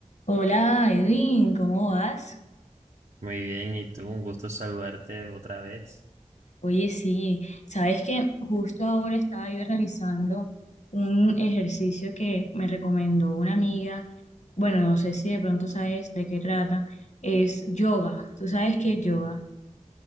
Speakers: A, on the left; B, on the right.
A: Hola Edwin, ¿cómo vas?
B: Muy bien, y tú, un gusto saludarte otra vez.
A: Oye, sí, sabes que justo ahora estaba yo realizando un ejercicio que me recomendó una amiga. Bueno, no sé si de pronto sabes de qué trata. Es yoga. ¿Tú sabes qué es yoga?